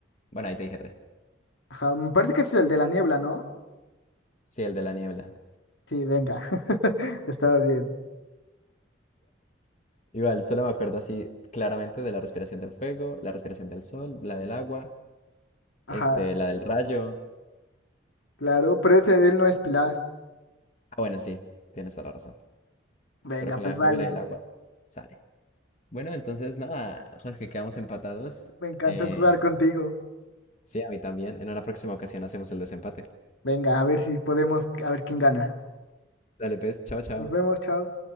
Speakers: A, on the left (about 35°); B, on the left (about 75°).
A: Bueno, ahí te dije tres.
B: Ajá, me parece que ese es el de la niebla, ¿no?
A: Sí, el de la niebla.
B: Sí, venga. <laughs> Estaba bien.
A: Igual, solo me acuerdo así claramente de la respiración del fuego, la respiración del sol, la del agua,
B: Ajá,
A: este, la del rayo.
B: claro, pero ese él no es pilar.
A: Ah, bueno, sí, tienes toda la razón.
B: Venga,
A: Pero con
B: pues
A: la de
B: vale.
A: fuego y la del agua sale. Bueno, entonces nada, Jorge, quedamos empatados.
B: Me encantó
A: Eh,
B: jugar contigo.
A: sí, a mí también. En una próxima ocasión hacemos el desempate.
B: Venga, a ver si podemos, a ver quién gana.
A: Dale, pues, chao, chao.
B: Nos vemos, chao.